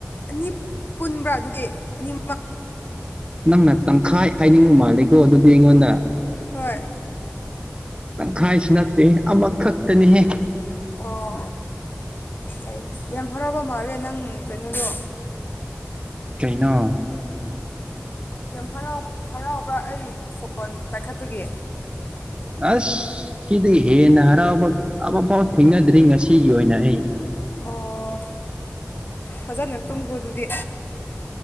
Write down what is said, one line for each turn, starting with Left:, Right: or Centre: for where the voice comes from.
Left: ꯑꯅꯤ ꯄꯨꯟꯕ꯭ꯔꯥ ꯑꯗꯨꯗꯤ ꯑꯅꯤꯃꯛ
Right: ꯅꯪꯅ ꯇꯪꯈꯥꯏ ꯍꯥꯏꯅꯤꯡꯕ ꯃꯥꯜꯂꯦꯀꯣ ꯑꯗꯨꯗꯤ ꯑꯩꯉꯣꯟꯗ
Left: ꯍꯣꯏ
Right: ꯇꯪꯈꯥꯏꯁꯨ ꯅꯠꯇꯦ ꯑꯃꯈꯛꯇꯅꯤꯍꯦ
Left: ꯑꯣ ꯐ ꯌꯥꯝ ꯍꯔꯥꯎꯕ ꯃꯥꯂꯦ ꯅꯪ ꯀꯩꯅꯣꯗꯣ
Right: ꯀꯩꯅꯣ
Left: ꯌꯥꯝ ꯍꯔꯥꯎ ꯍꯔꯥꯎꯕ꯭ꯔꯥ ꯑꯩ ꯐꯣꯟ ꯄꯥꯏꯈꯠꯄꯒꯤ
Right: ꯑꯁ ꯁꯤꯗꯤ ꯍꯦꯟꯅ ꯍꯔꯥꯎꯕꯕꯐꯥꯎ ꯊꯦꯡꯅꯗ꯭ꯔꯤ ꯉꯁꯤꯒꯤ ꯑꯣꯏꯅ ꯑꯩ
Left: ꯑꯣ ꯐꯖꯅ ꯇꯨꯝꯈ꯭ꯔꯣ ꯑꯗꯨꯗꯤ